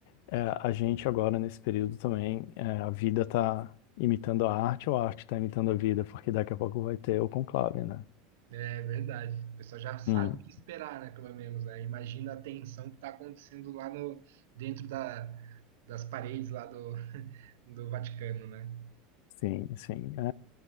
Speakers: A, on the left (about 65°); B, on the right (about 80°).
A: é, a gente agora, nesse período também, é, a vida tá imitando a arte ou a arte tá imitando a vida? Porque daqui a pouco vai ter o conclave, né?
B: É verdade. O pessoal já sabe
A: Hum,
B: o que esperar, né? Pelo menos, né? Imagina a tensão que está acontecendo lá no, dentro da, das paredes lá do, <laughs> do Vaticano, né?
A: sim, sim. É,